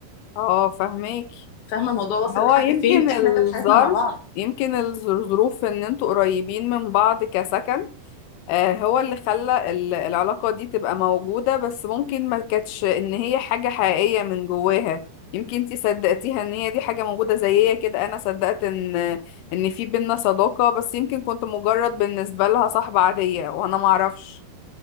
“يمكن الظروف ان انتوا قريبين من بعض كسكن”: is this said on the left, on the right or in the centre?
Left